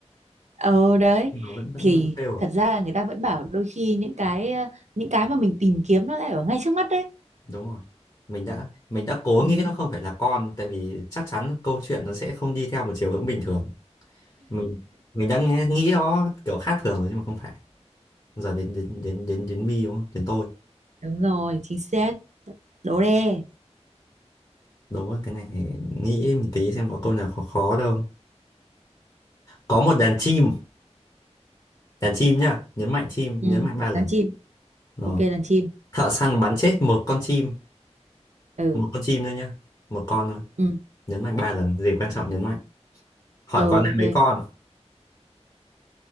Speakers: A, on the right; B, on the left.
A: ờ đấy
B: nhưng mà vẫn vẫn
A: thì
B: vẫn fail
A: thật
B: à
A: ra người ta vẫn bảo đôi khi những cái ờ, những cái mà mình tìm kiếm nó lại ở ngay trước mắt đấy
B: đúng rồi mình đã mình đã cố
A: ừ,
B: nghĩ nó không phải là con tại vì chắc chắn câu chuyện nó sẽ không đi theo một chiều hướng bình thường mình mình đang nghĩ nó kiểu khác thường rồi nhưng mà không phải giờ đến đến đến đến đến mi đúng không đến tôi
A: đúng rồi chính xác đố đe
B: Đố cái này thì nghĩ một tí xem có câu nào khó khó đâu. Có một đàn chim, đàn chim nhá, nhấn mạnh chim,
A: ừ
B: nhấn mạnh ba lần.
A: đàn chim
B: Rồi.
A: ok đàn chim
B: Thợ săn bắn chết một con chim,
A: ừ
B: một con chim thôi nhá, một con thôi.
A: ừ
B: Nhấn mạnh ba lần, gì quan trọng nhấn mạnh. Hỏi
A: rồi
B: còn
A: ok
B: lại mấy con?